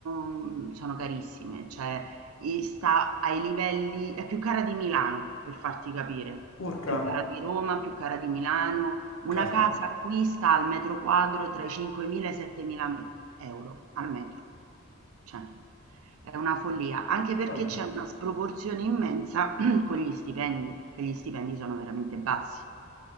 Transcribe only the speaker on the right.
mh, sono carissime, cioè e sta ai livelli è più cara di Milano, per farti capire,
più cara di Roma, più cara di Milano. Una
casa qui sta al metro quadro tra i 5.000 e i 7.000 euro al metro. Cioè, è una follia, anche perché
c'è una sproporzione immensa <clears throat> con gli stipendi, che gli stipendi sono veramente bassi.